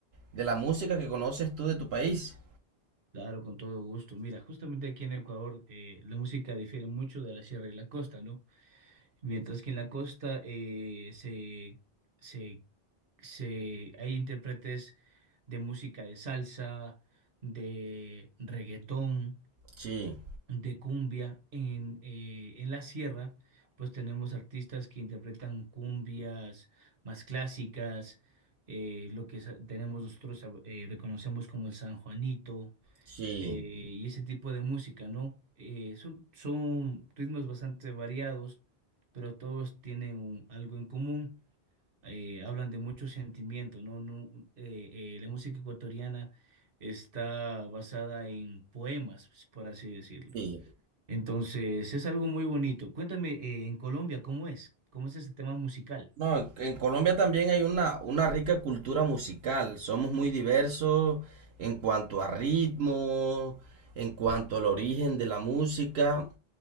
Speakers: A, on the right; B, on the right.
A: de la música que conoces tú de tu país.
B: Claro, con todo gusto. Mira, justamente aquí en Ecuador eh, la música difiere mucho de la sierra y la costa, ¿no? Mientras que en la costa eh, se, se, se, hay intérpretes de música de salsa, de reggaetón.
A: Sí,
B: de cumbia en, eh, en la sierra, pues tenemos artistas que interpretan cumbias más clásicas, eh, lo que sa- tenemos nosotros eh, reconocemos como el San Juanito
A: sí,
B: eh, y ese tipo de música, ¿no? Eh, son, son ritmos bastante variados, pero todos tienen un- algo en común. eh, hablan de mucho sentimiento, ¿no? No, eh, eh, la música ecuatoriana está basada en poemas, pues, por así decirlo.
A: sí.
B: Entonces, es algo muy bonito. Cuéntame, eh, en Colombia, ¿cómo es? ¿Cómo es ese tema musical?
A: No, en, en Colombia también hay una, una rica cultura musical. Somos muy diversos en cuanto a ritmo, en cuanto al origen de la música.